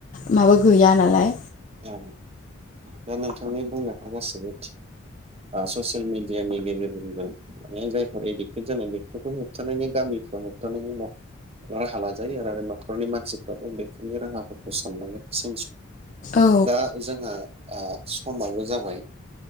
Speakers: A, on the left; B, on the right.
A: माबा गैया नालाय
B: औ दा नोंथांनि बुंनायफ्रा गासिबो ससियेल मिडियानि गेजेरजों माने जायफोर एडिकटेड जानाय बेफोरखौ होबथानायनि गामिफ्राव होबथानायनि राहा लाजायो आरो न'खरनि मानसिफ्राबो बे बिनि राहाफोरखौ साननांगोन।
A: औ
B: दा जोंहा समाबो जाबाय